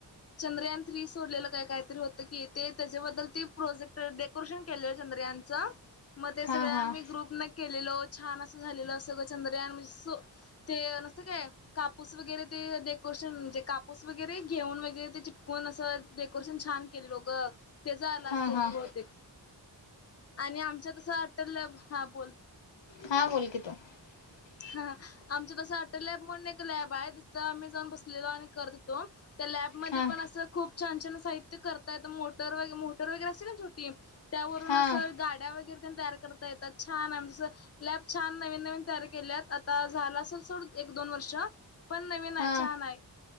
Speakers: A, on the left; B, on the left.
A: चंद्रयान थ्री सोडलेलं काय काहीतरी होतं की ते? त्याच्याबद्दल ते प्रोजेक्ट डे कोरेशन केलेलं चंद्रयानचं मग ते
B: हां
A: सगळं आम्ही
B: हां
A: ग्रुपनं केलेलो, छान असं झालेलं, सगळं चंद्रयान म्हणजे अस्स् ते नसतं काय कापूस वगैरे, ते डेकोरेशन म्हणजे कापूस वगैरे, घेऊन वगैरे, ते चिटकून असं डेकोरेशन छान केलेलो गं. तेजं आलं असेल
B: हां हां
A: बहुतेक आणि आमच्या तसं आट्टल हा, बोल.
B: हां बोल <unintelligible>
A: हा आमचं तसं अटलॅब म्हणून एक लॅब आहे, तिथं आम्ही जाऊन बसलेलो आणि करत हुतो. त्या लॅबमध्येध्ये
B: हां
A: पण असं खूप छान- छान साहित्य करता येतं, मोटर वगै, मोटर वगैरे असते ना छो टी त्यावरून
B: हां
A: असं गाड्या वगैरे तेन तयार करता येतात, छान आहे म्हणजे असं लॅब छान नवीन -नवीन तयारी केल्यात, आता झालं असेल सोड एक -दोन वर्ष. पण नवीन आहे,
B: हां
A: छान आहे,